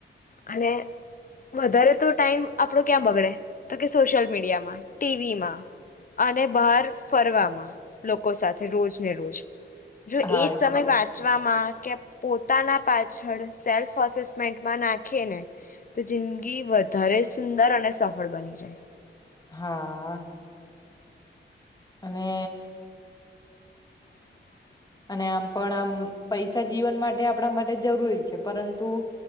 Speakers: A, on the left (about 40°); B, on the left (about 20°).
A: અને વધારે તો ટાઈમ આપડો ક્યાં બગડે? તો કે સોશિયલ મીડિયામાં, ટીવીમાં અને બહાર ફરવામાં, લોકો સાથે રોજ ને રોજ જો
B: હા,
A: એ સમય
B: તો.
A: વાંચવામાં કે પોતાના પાછળ સેલ્ફ અસેસમેન્ટમાં ના ને તો જિંદગી વધારે સુંદર અને સફળ બની જાય.
B: હા. અને
A: હ.
B: અને આમ પણ, આમ પૈસા જીવન માટે આપણા માટે જરૂરી છે, પરંતુ